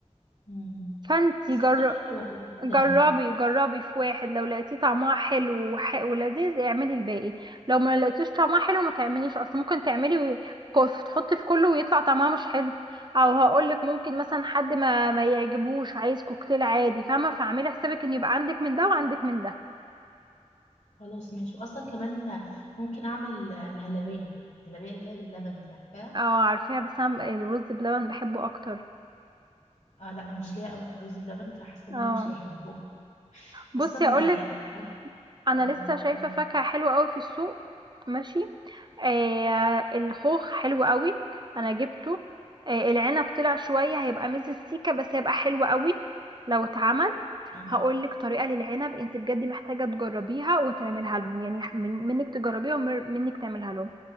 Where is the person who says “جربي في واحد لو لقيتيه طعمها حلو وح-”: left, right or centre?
Right